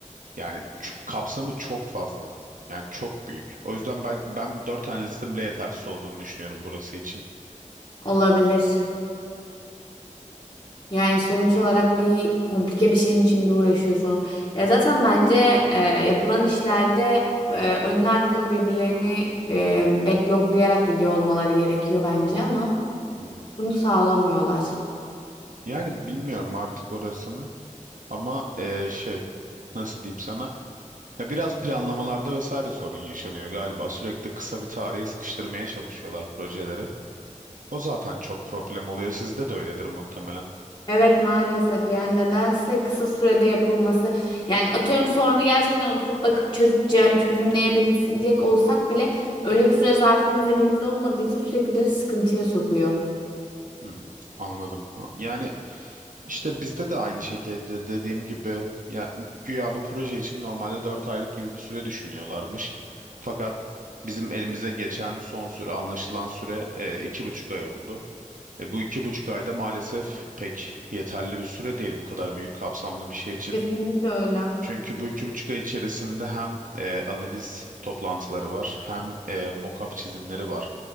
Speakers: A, on the right (about 80°); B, on the left (about 35°).
A: yani çok, kapsamı çok fazla. Yani çok büyük. O yüzden ben ben dört analistin bile yetersiz olduğunu düşünüyorum burası için.
B: Olabilir. Yani sonuç olarak bir komplike bir şeyin içinde uğraşıyorsunuz. Ya zaten bence e, yapılan işlerde e, önlü arkalı birbirlerini e, backloklayarak gidiyor olmaları gerekiyor bence ama
A: Hı hı.
B: bunu sağlamıyorlar.
A: Yani bilmiyorum artık orasını ama e, şey nasıl diyeyim sana Ya biraz planlamalarda vesaire sorun yaşanıyor galiba. Sürekli kısa bir tarihe sıkıştırmaya çalışıyorlar projeleri. O zaten çok problem oluyor. Sizde de öyledir muhtemelen.
B: Evet maalesef yani nedense kısa sürede yapılması yani atıyorum sorunu gerçekten oturup bakıp çözüp ce- çözümleyebilecek olsak bile öyle bir süre zarfımız elimizde olmadığı için sürekli bizi sıkıntıya sokuyor.
A: Hmm, anladım. Yani işte bizde de aynı şekilde dediğim gibi ya güya bu proje için normalde 4 aylık gibi bir süre düşünüyorlarmış. Fakat bizim elimize geçen son süre anlaşılan süre e, iki buçuk ay oldu. E, bu iki buçuk ayda maalesef pek yeterli bir süre değil bu kadar büyük kapsamlı bir şey için.
B: Kesinlikle öyle.
A: Çünkü bu iki buçuk ay içerisinde hem e, analiz toplantıları var, hem e, mock-up çizimleri var.